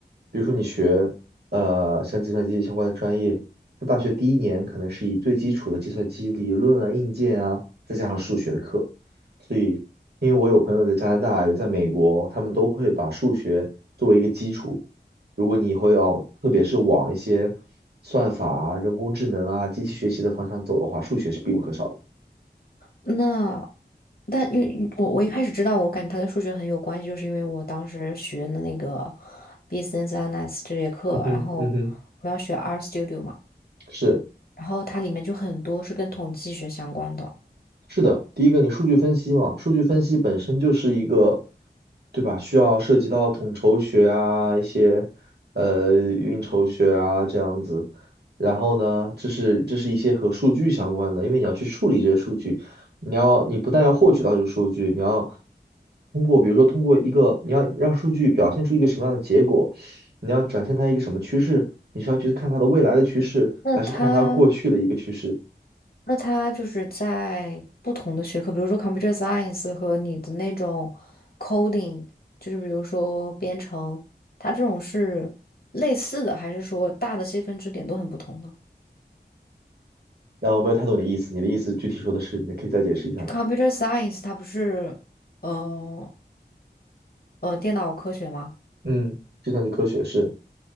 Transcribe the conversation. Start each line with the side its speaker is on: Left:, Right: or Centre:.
Right: 比如说你学呃像计算机相关的专业，它大学第一年可能是以最基础的计算机理论啊、硬件啊，再加上数学的课。所以，因为我有朋友在加拿大，有在美国，他们都会把数学作为一个基础。如果你以后要，特别是往一些算法啊、人工智能啊、机器学习的方向走的话，数学是必不可少的。
Left: 那，但因为我我一开始知道，我感觉它跟数学很有关系，就是因为我当时学的那个 business analysis 这节课，
Right: 嗯哼，
Left: 然后我
Right: 嗯哼，
Left: 们要学 R Studio 嘛，
Right: 是
Left: 然后它里面就很多是跟统计学相关的。
Right: 是的，第一个你数据分析嘛，数据分析本身就是一个，对吧？需要涉及到统筹学啊，一些呃运筹学啊这样子。然后呢，这是这是一些和数据相关的，因为你要去处理这些数据，你要你不但要获取到这个数据，你要通过比如说通过一个你要让数据表现出一个什么样的结果，你要展现它一个什么趋势，你是要去看它的未来的趋势，
Left: 那它
Right: 还是看它过去的一个趋势？
Left: 那它就是在不同的学科，比如说 computer science 和你的那种 coding，就是比如说编程，它这种是类似的，还是说大的细分支点都很不同呢？
Right: 然后我没有太懂你的意思，你的意思具体说的是，你可以再解释一下吗？
Left: 就 computer science 它不是，呃呃，电脑科学吗？
Right: 嗯，计算机科学是，